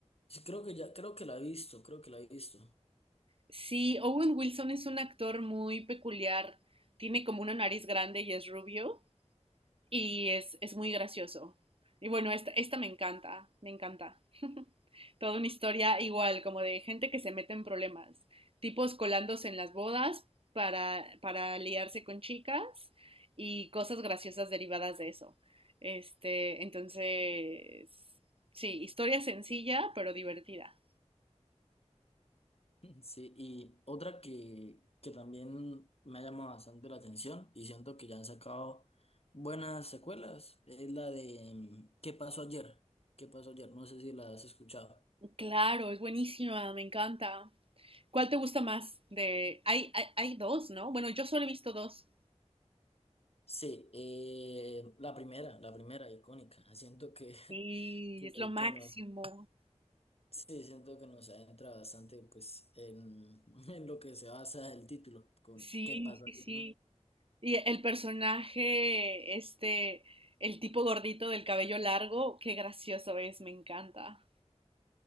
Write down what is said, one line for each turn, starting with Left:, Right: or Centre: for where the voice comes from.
Left: Sí, creo que ya, creo que la he visto, creo que la he visto.
Right: Sí, Owen Wilson es un actor muy peculiar. Tiene como una nariz grande y es rubio. y es, es muy gracioso. Y bueno, esta, esta me encanta, me encanta. <laughs> Toda una historia igual, como de gente que se mete en problemas, tipos colándose en las bodas para, para liarse con chicas y cosas graciosas derivadas de eso. Este, entonces, sí, historia sencilla pero divertida.
Left: Sí, y otra que, que también me ha llamado bastante la atención y siento que ya han sacado buenas secuelas es la de mm, ¿Qué pasó ayer? ¿Qué pasó ayer? No sé si la has escuchado.
Right: Claro, es buenísima, me encanta. ¿Cuál te gusta más? De, hay, hay, hay dos, ¿no? Bueno, yo solo he visto dos.
Left: Sí, eh, la primera, la primera icónica. Siento que, <laughs>
Right: Sí,
Left: que,
Right: es lo máximo.
Left: que nos, sí, siento que nos adentra bastante pues en, <laughs> en lo que se basa el título con
Right: Sí,
Left: ¿Qué pasó
Right: sí,
Left: ayer?
Right: sí.
Left: ¿no?
Right: Y el personaje, este, el tipo gordito del cabello largo, qué gracioso es, me encanta.